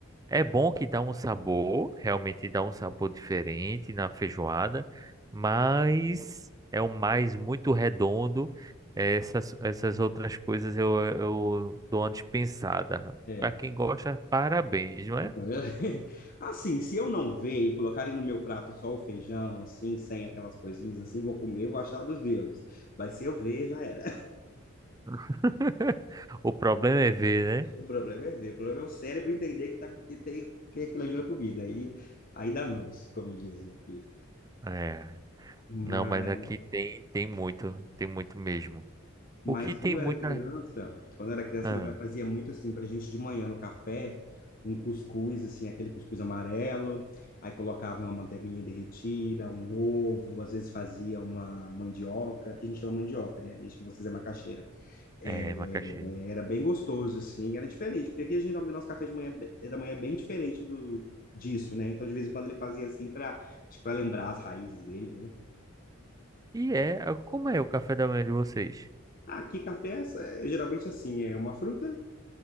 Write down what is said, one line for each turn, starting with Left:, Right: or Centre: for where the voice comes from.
Right: É bom que dá um sabor, realmente dá um sabor diferente na feijoada, mas é um mais muito redondo. Essas, essas outras coisas eu, eu dou uma dispensada.
Left: É.
Right: Para quem gosta, parabéns, não é?
Left: <laughs> Assim, se eu não ver e colocarem no meu prato só o feijão, assim, sem aquelas coisinhas, assim, vou comer, vou achar dos deuses. Mas se eu ver, já era.
Right: <laughs> O problema é ver,
Left: O problema é ver, o problema é o cérebro entender que, tá, que tem, tem aquilo ali na comida. Aí, aí dá noce, como dizem aqui.
Right: né? É.
Left: Mas,
Right: Não, mas aqui tem, tem muito, tem muito mesmo.
Left: mas
Right: O que tem
Left: quando eu
Right: muita.
Left: era criança, quando eu era criança,
Right: Ah,
Left: meu pai fazia muito assim pra gente de manhã no café, um cuscuz, assim, aquele cuscuz amarelo, aí colocava uma manteiguinha derretida, um ovo, às vezes fazia uma mandioca, que a gente chama mandioca, né? A gente, vocês é macaxeira. É,
Right: é, macaxeira.
Left: era bem gostoso, assim, era diferente, porque aqui geralmente o nosso café de manhã, é da manhã é bem diferente do, disso, né? Então, de vez em quando ele fazia assim para para lembrar as raízes dele, né?
Right: E é. Como é o café da manhã de vocês?
Left: Ah, Aqui café é, é geralmente assim, é uma fruta,